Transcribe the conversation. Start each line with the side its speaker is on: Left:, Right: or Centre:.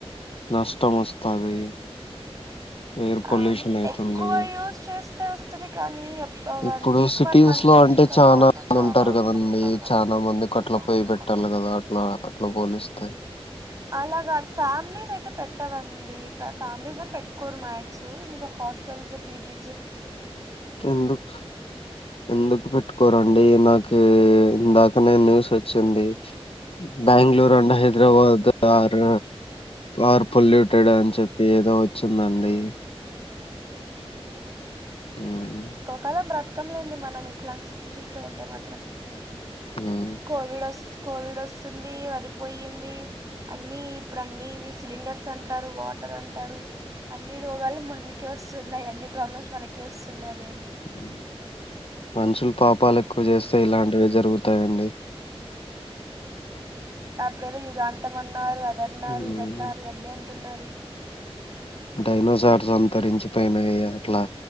Left: నష్టం వస్తాది ఎయిర్
Right: అ
Left: పొల్యూషన్ అయితుంది
Right: ఎక్కువ యూజ చేస్తే వస్తుది కానీ వన్
Left: ఇప్పుడు
Right: వీక్
Left: సిటీస్
Right: వన్ మంత్
Left: లో
Right: అంటే
Left: చానా మంది
Right: చ
Left: ఉంటారు కదండి
Right: ఉంటారు కదండి
Left: చానా మందికి
Right: చాలా
Left: అట్లా పోయి
Right: మందికి
Left: పెట్టాలి
Right: అట్ల పోయి
Left: కదా
Right: పెట్టాల
Left: అట్లా
Right: కదా
Left: అట్లా పోలిస్తే
Right: అ అస్ అలా గాదు ఫ్యామిలీస్ అయితే పెట్ పయ్యావన్ అండి ఫ్యామిలీస్ ఏం పెట్ కుర్మయిట్ స్ ఇంకా హాస్టల్స్ పిజీస్
Left: ఎందుకు ఎందుకు పెట్టుకోరండి నాకు ఇందాకనే న్యూస్ వచ్చింది Bengaluru and Hyderabad are are polluted అని చెప్పి ఏదో వచ్చిందండి
Right: ఓకే ఏమో అండి మరి
Left: హ్మ్
Right: ఎక్కువ కాలం బ్రతకంలేండి మనం ఇట్లాంటి సిచ్యువేషన్స్లో ఉంటే మాత్రం
Left: హ్మ్
Right: కోవిడ్ వస్ కోవిడ్ వోస్ వస్తుంది అదిపోయింది అన్నీ ఇప్పుడు అన్నీవి సిలిండర్స్ అన్ టారు వాటర్ అంటారు అన్ అన్ని రోగాలు మనకే వస్తున్నాయి అన్ని ప్రాబ్లమ్స్ మనకే వస్తున్నాది
Left: ఉ మనుషులు పాపాలు ఎక్కువ చేస్తే ఇలాంటివే జరుగుతాయండీ
Right: ఉ అదే అదే అప్పుడ ఏదో యుగాంతం అన్నారు అ అదన్నారు
Left: హ్మ్
Right: ఇదన్నారు అన్నీ అంటున్నారు
Left: డైనోసార్స్ అంతరించిపోయినాయి అట్లా